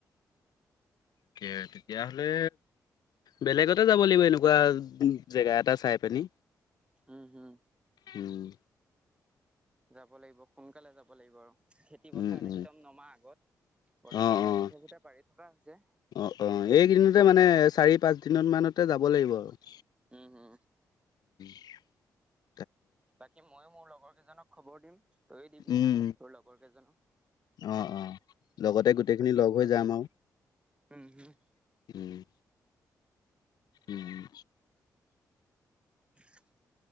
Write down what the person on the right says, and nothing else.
উম হুম।
যাব লাগিব সোনকালে যাব লাগিব আৰু খেতি পথাৰ
একদম নমাৰ আগত বৰ্তমানতটো
কোঠে কথে পাৰি থকা হৈছে
উম হু।
বাকী মইো মোৰ লগৰ কেইজনক খবৰ দিম। তয়ে দিবি
তোৰ লগৰ কেইজনো
বাকী।
উম হুম
চিৰুপ।